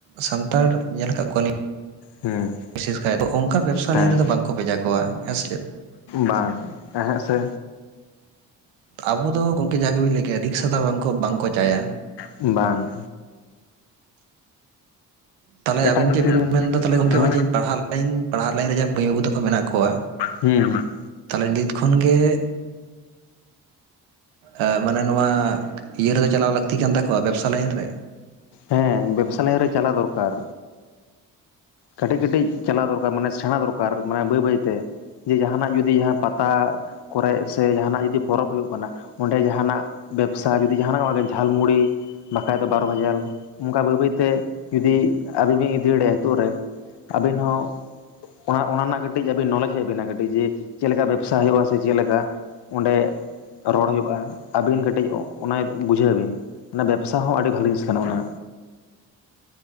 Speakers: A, on the right; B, on the left.
A: ᱥᱟᱱᱛᱟᱲ ᱧᱮᱞ ᱟᱠᱟᱫ ᱠᱚᱣᱟ ᱞᱤᱧ
B: ᱦᱮᱸ᱾
A: ᱵᱤᱥᱮᱥ ᱠᱟᱭ ᱫᱚ ᱚᱝᱠᱟ ᱵᱮᱵᱽᱥᱟ
B: ᱦᱮᱸ
A: ᱞᱟᱭᱤᱱ ᱨᱮᱫᱚ ᱵᱟᱝᱠᱚ ᱵᱷᱮᱡᱟ ᱠᱚᱣᱟ ᱦᱮᱸᱥᱮ ᱪᱮᱫ?
B: ᱵᱟᱝ ᱮᱸᱦᱮᱜ ᱥᱮ᱾
A: ᱟᱵᱚ ᱫᱚ ᱜᱚᱝᱠᱮ ᱡᱟ ᱜᱮᱵᱤᱱ ᱞᱟᱹᱭ ᱠᱮᱭᱟ ᱨᱤᱠᱥ ᱦᱟᱛᱟᱣ ᱵᱟᱝᱠᱚ ᱵᱟᱝᱠᱚ ᱪᱟᱭᱟ᱾
B: ᱵᱟᱝ᱾
A: ᱛᱟᱞᱮ
B: ᱮᱴᱟᱜ
A: ᱟᱵᱤᱱ ᱪᱮᱜᱵᱤᱱ
B: ᱡᱟᱹᱛᱤ ᱨᱮᱱ
A: ᱢᱮᱱᱫᱟ ᱛᱟᱦᱞᱮ ᱜᱚᱝᱠᱮ
B: ᱦᱮᱸ
A: ᱚᱭ ᱡᱮᱧ ᱯᱟᱲᱦᱟᱜ ᱞᱟᱭᱤᱱ ᱯᱟᱲᱦᱟᱜ ᱞᱟᱭᱤᱱ ᱨᱮ ᱡᱟᱦᱟᱸ ᱢᱟᱹᱭ ᱵᱟᱹᱵᱩ ᱛᱟᱠᱚ ᱢᱮᱱᱟᱜ ᱠᱚᱣᱟ,
B: ᱦᱩᱸ ᱦᱩᱸ᱾
A: ᱛᱟᱦᱞᱮ ᱱᱤᱛ ᱠᱷᱚᱱ ᱜᱮ ᱮ ᱢᱟᱱᱮ ᱱᱚᱣᱟ ᱤᱭᱟᱹ ᱨᱮᱫᱚ ᱪᱟᱞᱟᱣ ᱞᱟᱹᱠᱛᱤ ᱠᱟᱱ ᱛᱟᱠᱚᱣᱟ ᱵᱮᱵᱽᱥᱟ ᱞᱟᱭᱤᱱ ᱨᱮ?
B: ᱦᱮᱸ ᱵᱮᱵᱽᱥᱟ ᱞᱟᱭᱤᱱ ᱨᱮ ᱪᱟᱞᱟᱜ ᱫᱚᱨᱠᱟᱨ᱾ ᱠᱟᱹᱴᱤᱡ ᱠᱟᱹᱴᱤᱡ ᱪᱟᱞᱟᱣ ᱫᱚᱨᱠᱟᱨ ᱢᱟᱱᱮ ᱥᱮᱬᱟ ᱫᱚᱨᱠᱟᱨ ᱢᱟᱱᱮ ᱵᱟᱹᱭ ᱵᱟᱹᱭᱛᱮ᱾ ᱡᱮ ᱡᱟᱦᱟᱸᱱᱟᱜ ᱡᱚᱫᱤ ᱡᱟᱦᱟᱸ ᱯᱟᱛᱟ ᱠᱚᱨᱮ ᱥᱮ ᱡᱟᱦᱟᱸᱱᱟᱜ ᱡᱚᱫᱤ ᱯᱚᱨᱚᱵᱽ ᱦᱩᱭᱩᱜ ᱠᱟᱱᱟ, ᱚᱸᱰᱮ ᱡᱟᱦᱟᱸᱱᱟᱜ ᱵᱮᱵᱽᱥᱟ ᱡᱩᱫᱤ ᱡᱟᱦᱟᱸᱱᱟᱜ ᱡᱷᱟᱞᱢᱩᱲᱤ ᱵᱟᱠᱟᱡ ᱫᱚ ᱵᱟᱨᱚ ᱵᱷᱟᱡᱟᱞ ᱚᱱᱠᱟ ᱵᱟᱹᱭ ᱵᱟᱹᱭᱛᱮ ᱡᱩᱫᱤ ᱟᱵᱤ ᱵᱤ ᱤᱫᱤ ᱫᱟᱲᱟᱭᱟᱜᱼᱟ ᱦᱤᱛᱚᱜ ᱨᱮ ᱟᱵᱤᱱ ᱦᱚᱸ ᱚᱱᱟ ᱚᱱᱟ ᱨᱮᱱᱟᱜ ᱠᱟᱹᱴᱤᱡ ᱟᱹᱵᱤᱱ ᱱᱚᱞᱮᱡ ᱦᱮᱡ ᱵᱤᱱᱟ ᱠᱟᱹᱴᱤᱡ ᱡᱮ ᱪᱮᱫ ᱞᱮᱠᱟ ᱵᱮᱵᱽᱥᱟ ᱦᱳᱭᱳᱜᱼᱟ, ᱥᱮ ᱪᱮᱜ ᱞᱮᱠᱟ ᱚᱸᱰᱮ ᱨᱚᱲ ᱦᱩᱭᱩᱜᱼᱟ ᱟᱹᱵᱤᱱ ᱠᱟᱹᱴᱤᱡ ᱚᱱᱟ ᱵᱩᱡᱷᱟᱹᱣ ᱵᱤᱱ᱾ ᱚᱱᱟ ᱵᱮᱵᱽᱥᱟ ᱦᱚᱸ ᱟᱹᱰᱤ ᱵᱷᱟᱞᱤ ᱡᱤᱱᱤᱥ ᱠᱟᱱᱟ ᱚᱱᱮ᱾